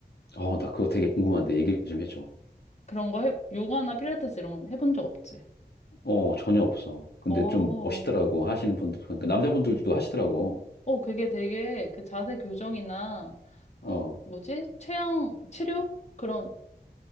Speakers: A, on the left; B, on the left.
A: 어, 나 그거 되게 궁금한데 얘기 좀 해줘.
B: 그런 거 해, 요가나 필라테스 이런 건 해본 적 없지?
A: 어, 전혀 없어. 근데
B: 어,
A: 좀 멋있더라고, 하시는 분들. 그러니까 남자분들도 하시더라고.
B: 어, 그게 되게 그 자세 교정이나,
A: 어,
B: 어, 뭐지? 체형 치료? 그런,